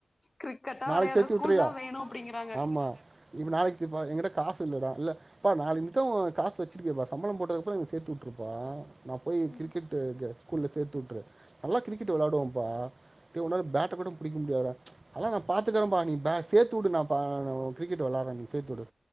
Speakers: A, on the left; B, on the right.
A: கிரிக்கெட்டா
B: நாளைக்கு
A: விளையாடுற
B: சேத்து
A: ஸ்கூல்
B: விட்டறயா
A: தான் வேணும் அப்படிங்கறாங்க
B: ஆமா இப்ப நாளைக்குப்ப எங்கட்ட காசு இல்லடா இல்ல அப்பா நாளனிக்கா ஓ காசு வச்சிருப்பியேப்பா சம்பளம் போட்டது அப்புறம் என்ன சேத்து விட்டுருப்பா நா போய்
A: ம்
B: கிரிக்கெட்டு ஸ்கூல்ல சேர்த்து விட்ரு நல்லா கிரிக்கெட் வெளாடுவேன்ப்பா டே உன்னால பேட்ட குட புடிக்க முடியாதடா அதல்லா நான் பாத்துக்கறேன்ப்பா நீ ப சேத்துவுடு நா பா கிரிக்கெட் வளாடுறேன் நீ சேத்துடு